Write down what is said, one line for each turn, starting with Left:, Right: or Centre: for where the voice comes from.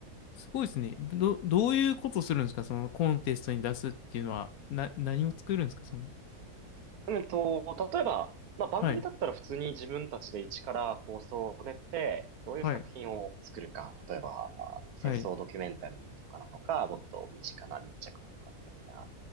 Left: すごいですね。ど、どういうことするんですかそのコンテストに出すっていうのは、な、何を作るんですかその、
Right: うんと、例えば、まあ、番組だったら普通に自分たちで一から構想を練って、
Left: はい。
Right: どういう作品を作るか、
Left: はい。
Right: 例えば、あ戦争ドキュメンタリーとかなのか、
Left: はい。
Right: もっと身近な密着なのかみたいな。